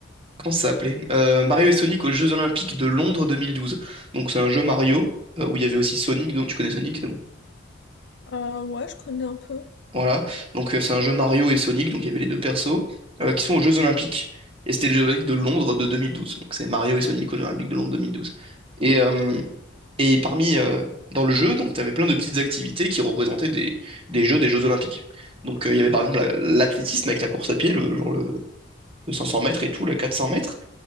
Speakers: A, on the right; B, on the left.
A: Comment ça s'appelait? Euh, Mario et Sonic aux Jeux Olympiques de Londres 2012. Donc c'est un jeu Mario, euh, où il y avait aussi Sonic, donc tu connais Sonic, c'est bon.
B: Euh, ouais, je connais un peu.
A: Voilà. Donc euh, c'est un jeu Mario et Sonic, donc il y avait les deux persos, euh, qui sont aux Jeux Olympiques. Et c'était les Jeux Olympiques de Londres de 2012. Donc c'est Mario et Sonic aux Jeux Olympiques de Londres 2012. Et, euh, et parmi, euh, dans le jeu, donc tu avais plein de petites activités qui représentaient des, des jeux des Jeux Olympiques. Donc euh, il y avait par exemple la- l'athlétisme avec la course à pied, le, genre le, le 500 mètres et tout, le 400 mètres.